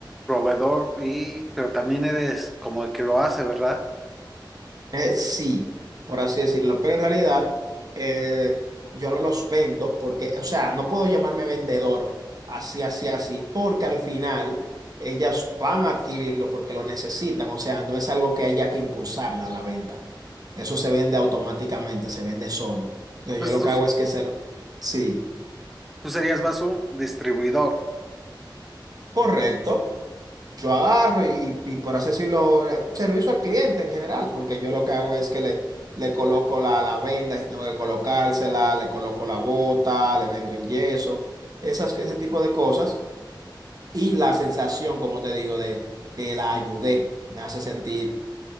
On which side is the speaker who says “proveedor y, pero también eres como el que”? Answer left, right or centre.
Centre